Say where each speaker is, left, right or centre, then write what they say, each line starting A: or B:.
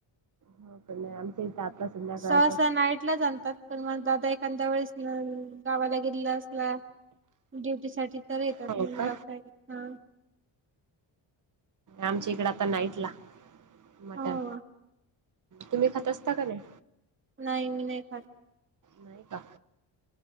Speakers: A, on the right (about 40°); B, on the right (about 25°).
A: हो पण नाही आमच्या इथ आता संध्याकाळात
B: सहसा नाईटलाच
A: <unintelligible>
B: आणतात पण मला दादा एखाद्या वेळेस गावाला गेलेला असला ड्युटी साठी तर येतात
A: हो
B: म्हणून
A: का?
B: हा <unintelligible>
A: आमच्या इकडं आता नाईटला मटण
B: हो
A: तुम्ही खात असता का नाही?
B: नाही मी नाही खात.
A: नाही का?